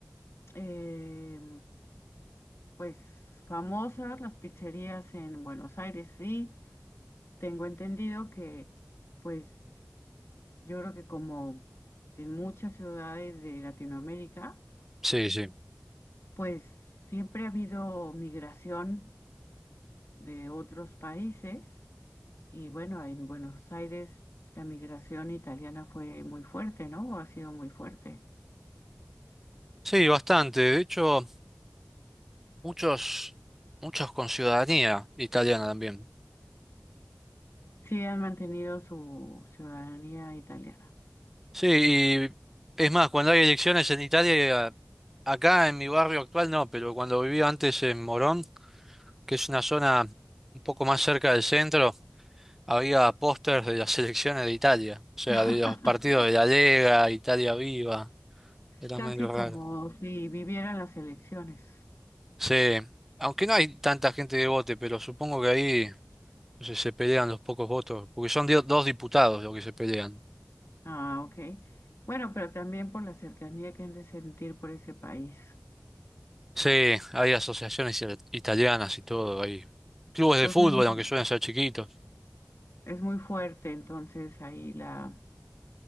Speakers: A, on the left; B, in the centre.
A: eh, pues, famosas las pizzerías en Buenos Aires. Sí, tengo entendido que, pues, yo creo que como en muchas ciudades de Latinoamérica,
B: Sí, sí.
A: pues siempre ha habido migración de otros países. Y bueno, en Buenos Aires la migración italiana fue muy fuerte, ¿no? O ha sido muy fuerte.
B: Sí, bastante. De hecho, muchos, muchos con ciudadanía italiana también.
A: Sí han mantenido su ciudadanía italiana.
B: Sí, y es más, cuando hay elecciones en Italia, acá en mi barrio actual no, pero cuando vivía antes en Morón, que es una zona un poco más cerca del centro. Había pósters de las selecciones de Italia, o sea,
A: <laughs>
B: de los partidos de la Lega, Italia Viva, era
A: Casi
B: medio raro.
A: como si vivieran las elecciones.
B: Sí, aunque no hay tanta gente de vote, pero supongo que ahí no sé, se pelean los pocos votos, porque son dio- dos diputados los que se pelean.
A: Ah, ok. Bueno, pero también por la cercanía que han de sentir por ese país.
B: Sí, hay asociaciones i- italianas y todo, hay clubes
A: Entonces,
B: de fútbol,
A: Ujú.
B: aunque suelen ser chiquitos.
A: es muy fuerte, entonces ahí la,